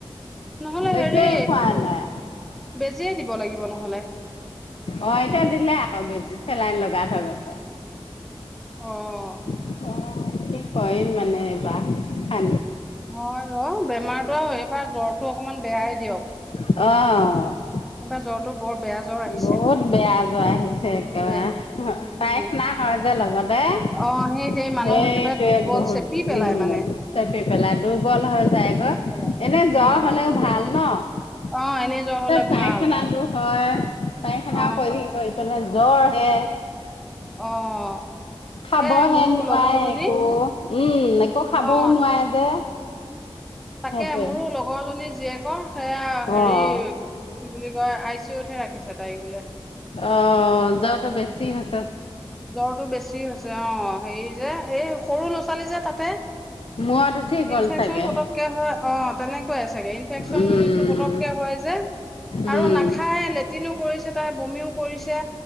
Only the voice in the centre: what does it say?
নহ'লে
হেৰি,
বেজিয়ে দিব লাগিব নহ'লে।
অ',
হয় অ' বেমাৰটো আৰু এইবাৰ জ্বৰটো অকমান বেয়াই দিয়ক।
এইবাৰ জ্বৰটো বৰ বেয়া জ্বৰ আহিছে
বহুত
বেয়া উম,
অ সেই সেই মানুহ একেবাৰে দুৰ্বল
চেপি পেলাই
মানে।
চেপি পেলাই।
উম,
অ', এনেই জ্বৰ হ'লে
ভাল।
অ
অ',
এ মোৰো
লগৰজনী
অ
তাকে
মোৰো লগৰ জনী জীয়েকৰ, সেয়া হেৰি
কি বুলি কয় আই চি ইত হে ৰাখিছে। তাইক বোলে।
জ্বৰটো বেছি হৈছে অ', হেৰি যে এই সৰু ল'ৰা ছোৱালী যে তাতে
ইনফেকচন
পতককে হয় অ', তেনেকুৱাই চাগে ইনফেকচনটো
পতককে হয় যে।
আৰু নাখাই লেট্ৰিনো কৰিছে তাই বমিও কৰিছে।